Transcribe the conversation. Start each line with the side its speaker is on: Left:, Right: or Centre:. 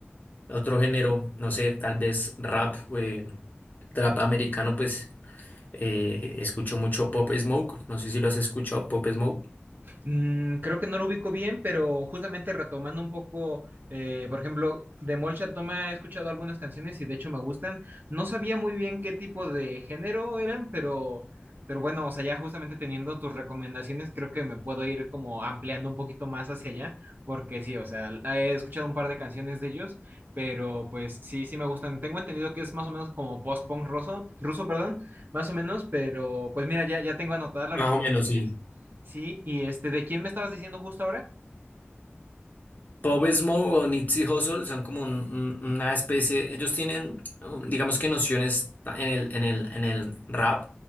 Left: Otro género, no sé, tal vez rap, eh, trap americano, pues eh, escucho mucho Pop Smoke, no sé si lo has escuchado, Pop Smoke.
Right: Mm, creo que no lo ubico bien, pero justamente retomando un poco, eh, por ejemplo, de Molchat Doma he escuchado algunas canciones y de hecho me gustan. No sabía muy bien qué tipo de género eran, pero, pero bueno, o sea, ya justamente teniendo tus recomendaciones, creo que me puedo ir como ampliando un poquito más hacia allá, porque sí, o sea, he escuchado un par de canciones de ellos, pero pues sí, sí me gustan. Tengo entendido que es más o menos como post-punk ruso, ruso, perdón, más o menos, pero pues mira, ya, ya tengo anotadas las
Left: Más
Right: recomendaciones.
Left: o menos, sí.
Right: Sí, y este, ¿de quién me estabas diciendo justo ahora?
Left: Pop Smoke o Nipsey Hussle son como un- un- una especie, ellos tienen, um, digamos que nociones ta- en el, en el, en el rap,